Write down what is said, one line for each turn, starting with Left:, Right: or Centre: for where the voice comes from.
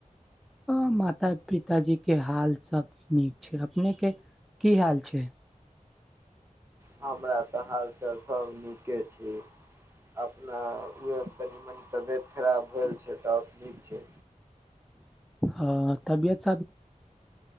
Centre: ह माता पिताजी के हाल सब नीक छै अपने के की हाल छै
Right: हमरा तऽ हालचाल सभ नीके छै अपना कनि मनि तबियत खराब भेल छै तऽ नीक छै
Centre: हँ तबियत